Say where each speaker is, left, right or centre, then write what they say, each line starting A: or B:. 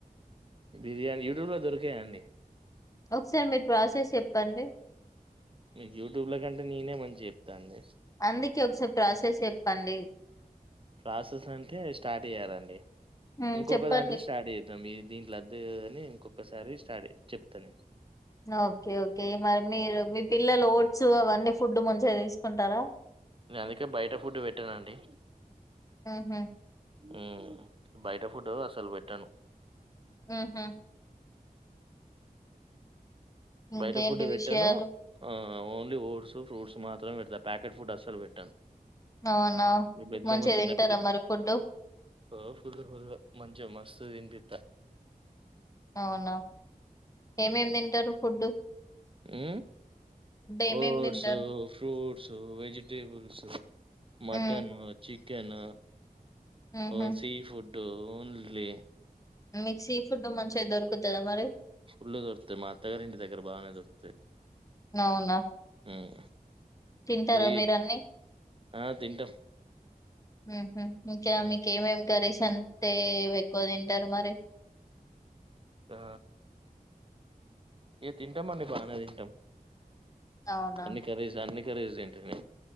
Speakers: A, on the right (about 35°); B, on the left (about 20°).
A: బిర్యానీ యూట్యూబ్లో ధోర్కయ అండి
B: ఒకసారి మీరు ప్రాసెస్ చెప్పండి
A: మీకు యూట్యూబ్ లో కంటే నీనే మంచిగా చెప్తా అండి
B: అందుకే ఒకసప్ ప్రాసెస్ చెప్పండి
A: ప్రాసెస్ అంటే స్టార్ట్ చేయాలండి
B: హ్మ్
A: ఇంకొక్క
B: చెప్పండి
A: దాంట్లో స్టార్ట్ చేద్దాం ఇగ దీంట్ల అద్దు కాని ఇంకొ ఒకసారి స్టార్ట్ చెయ్ చెప్తా నేన్
B: ఓకే ఓకే మరి మీరు మీ పిల్లలు ఓట్ సువ్ అవన్నీ ఫుడ్ మంచిగా తీసుకుంటారా
A: నేను అందుకే బయట ఫుడ్ వెట్టానండి
B: హుహు.
A: ఉమ్ బయట ఫుడ్ అసలు వెట్టాను
B: ఆహా ఇంకేంటి
A: బయట ఫుడ్ వెట్టాను
B: విషయాలు?
A: ఆ ఓన్లీ ఓట్స్ ఫ్రూట్స్ మాత్రమే వెడుతా ప్యాకెట్ ఫుడ్ అస్సలు వెట్టంను
B: అవునా!
A: మీ బెడ్
B: మంచిగా
A: ల ఏమో చిన్నపిల్ల
B: తింటారా మరి ఫుడ్డు?
A: ఓ ఫుల్ ఫుల్ మంచిగా మస్తు తనిపి త
B: అవునా ఏమేమి తింటారు ఫుడ్
A: ఉ
B: ఏమేమి
A: ఓట్స్
B: తింటారు?
A: ఫ్రూట్స్ వెజిటేబుల్స్ మటన్
B: హ్మ్.
A: చిక్ కెన
B: హుహు.
A: ఓ సి ఫుడ్ దోన్లీ
B: మీకు సీ ఫుడ్ మంచిగా దొరుకు తుద అ మరి
A: ఫుల్లు దొరుకుతాయి మా అత్తగారి ఇంటికాడ బాగానే దొరుకుతాయి
B: అవునా
A: హ్మ్.
B: తింటారా
A: ఫ్రీ
B: మీరు అన్నీ
A: ఆ! తింటాం.
B: ఉహు ఇంకా
A: హ్మ్.
B: మీకు ఏమేమి కర్రీస్ అంటే ఎక్కువ తిన్ ఉంటారు మరి
A: ఆ ఏ తింటాం మండి బాగానే తింటాం
B: అవునా!
A: అన్ని కర్రీస్ అన్ని కర్రీస్ తింటేనే